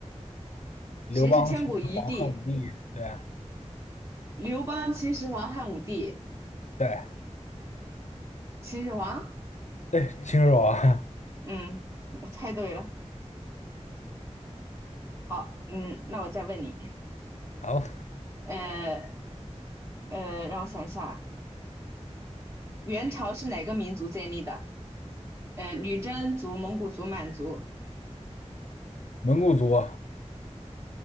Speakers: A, on the left; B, on the right.
A: 刘邦、
B: 谁是千古一帝？
A: 秦始皇、汉武帝，对啊，
B: 刘邦、秦始皇、汉武帝？
A: 对
B: 秦始皇？
A: 对，秦始皇。
B: 嗯，我猜对了。好，嗯，那我再问你。
A: <laughs> 好，
B: 呃呃，让我想一下，元朝是哪个民族建立的？呃，女真族、蒙古族、满族。
A: 蒙古族。